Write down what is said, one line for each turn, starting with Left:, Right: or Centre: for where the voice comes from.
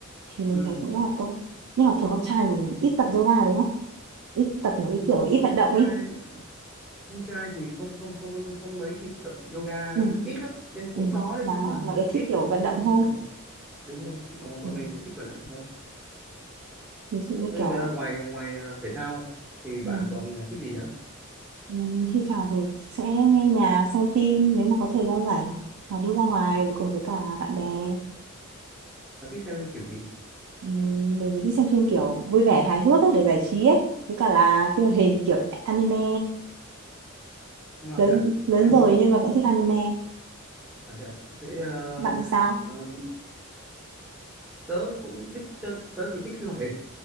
Right: thì mình
Centre: ừ,
Right: thấy cũng rất là tốt nhưng mà thường con trai thì
Centre: ừ.
Right: ít tập yoga đúng không ít tập mấy cái
Centre: Ừ,
Right: kiểu ít
Centre: con
Right: vận động
Centre: trai
Right: ấy
Centre: con trai thì không không không không mấy khi tập yoga
Right: ừ.
Centre: ít lắm Ừ, cũng
Right: Ừ.
Centre: có đấy
Right: mà
Centre: nhưng mà
Right: mọi người thích
Centre: ít
Right: kiểu
Centre: không
Right: vận
Centre: không
Right: động
Centre: không
Right: hơn
Centre: tập nhiều đúng rồi mà bọn
Right: ừ.
Centre: mình thì thích vận động hơn
Right: ví dụ như
Centre: Thế
Right: kiểu
Centre: bây giờ ngoài ngoài à, thể thao thì
Right: ừ.
Centre: bạn còn ờ, thích gì nữa?
Right: Ừ, thi thoảng thì sẽ nghe nhạc xem phim nếu mà có thời gian rảnh hoặc đi ra ngoài với cùng với cả bạn bè
Centre: Bạn thích xem phim kiểu gì?
Right: ừ, mình thì thích xem phim kiểu vui vẻ hài hước ấy, để giải trí ấy với cả là phim hoạt hình kiểu anime
Centre: À,
Right: lớn
Centre: thế à?
Right: lớn
Centre: À,
Right: rồi
Centre: nhưng,
Right: nhưng mà vẫn thích anime
Centre: à, thế à? Thế ờ,
Right: bạn thì sao
Centre: ờ, tớ cũng thích tớ, tớ thì thích phim hoạt hình.